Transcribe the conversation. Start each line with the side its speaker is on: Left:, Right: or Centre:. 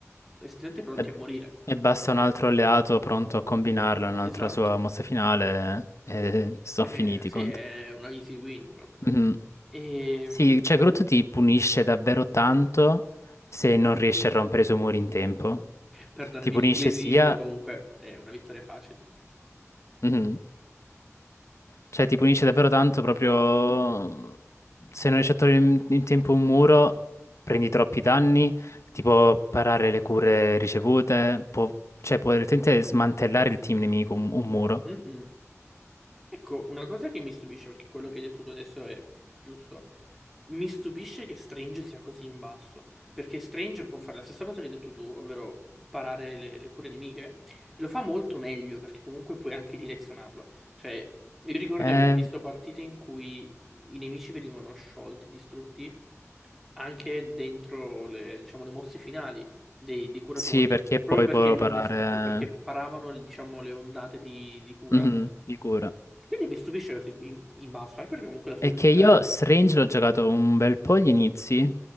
Centre: essenzialmente pronti
Left: E,
Centre: a morire.
Left: e basta un altro alleato pronto a combinarlo, un'altra
Centre: Esatto.
Left: sua mossa finale e sono
Centre: Eh,
Left: finiti
Centre: sì,
Left: i contro.
Centre: è una easy win proprio.
Left: Mhm.
Centre: Ehm,
Left: Sì, cioè Groot ti punisce davvero tanto se non riesci a rompere i suoi muri in tempo.
Centre: Perdonami
Left: Ti punisce
Centre: l'inglesismo,
Left: sia...
Centre: comunque è una vittoria facile.
Left: Mhm. Cioè ti punisce davvero tanto proprio... Se non riesci a togliere in, in tempo un muro, prendi troppi danni, ti può parare le cure ricevute, può, cioè può direttamente smantellare il team nemico, un, un muro.
Centre: Mhm. Ecco, una cosa che mi stupisce, perché quello che hai detto tu adesso è giusto, mi stupisce che Strange sia così in basso, perché Strange può fare la stessa cosa che hai detto tu, ovvero parare le, le cure nemiche, e lo fa molto meglio, perché comunque puoi anche direzionarlo. Cioè, io ricordo
Left: Eh,
Centre: di aver visto partite in cui i nemici venivano sciolti, distrutti, anche dentro le, diciamo, le mosse finali dei, dei curatori,
Left: sì, perché
Centre: proprio
Left: poi
Centre: perché,
Left: può
Centre: no,
Left: parare...
Centre: esatto, perché paravano, diciamo, le ondate di, di cura.
Left: Mhm, di cura.
Centre: Quindi mi stupisce così in, in basso, anche perché comunque la sul...
Left: È che io
Centre: eh,
Left: Strange l'ho giocato un bel po' agli inizi.